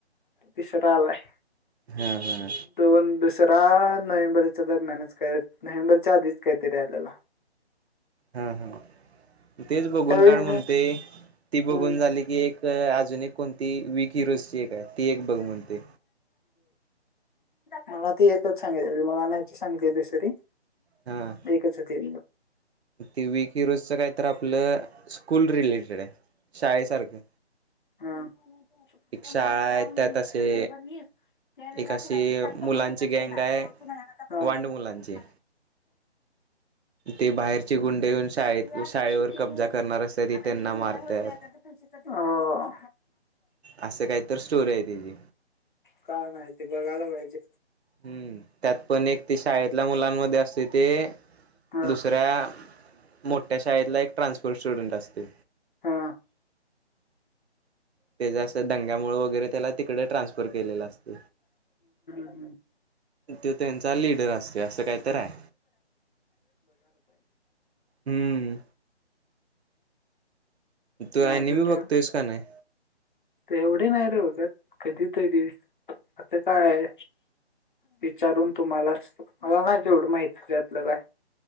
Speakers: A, on the left (about 45°); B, on the right (about 70°).
A: तिसरा आलाय
B: हा
A: दोन दुसरा नोव्हेंबरच्या दरम्यानच नोवहेंबरच्या आधीच काहीतरी आलेला
B: हा हा तेच बघून
A: त्यावेळी
B: काढ म्हणते
A: मी
B: ती बघून
A: हम्म
B: झाली की एक अजून कोणती वीक हिरोजची
A: <unintelligible>
B: आहे ती एक बघ म्हणते
A: मला ती एकच सांगाची मला न्यायची सांगितली दुसरी
B: हा
A: एकच ये ते
B: ती वीक हिरोजच काय तर आपलं स्कूल रिलेटेड आहे शाळेसारखं
A: माझान
B: एक शाळा आहे त्यात असे
A: नंबर वीस त्या वे
B: अशी
A: तुला एक तासज
B: मुलांची गँग
A: देणार
B: आहे
A: तु्नत मला
B: वांड मुलांची ते बाहेरचे गुंडे येऊन शाळेत
A: मी व्याज
B: शाळेवर
A: कशीन
B: कब्जा करणार असतात ते
A: आता
B: त्यांना
A: म दिल्यावर
B: मारतात.
A: व्याज आता
B: असं काही तर स्टोरी आहे त्याची
A: काय माहिती बघायला पाहिजे
B: हम्म त्यात पण एक ते शाळेत ल्या मुलांमध्ये असते ते
A: हा
B: दुसऱ्या मोठ्या शाळेतला एक ट्रान्सपोर्ट स्टुडंट असते
A: हा
B: त्याच्या असं दंग्यामुळे वगैरे त्याला तिकडे ट्रान्सफर केलेला असत
A: हम्म.
B: तो त्यांचा लिडर असतो असं काहीत आहे हम्म तू ॲनिमी
A: अजून का
B: बघतोयस नाही?
A: ते एवढे नाही रे बघत कधीतरी असतां काय आहे विचारून तुम्हाला मला ना जवढं माहिती त्यातलं काय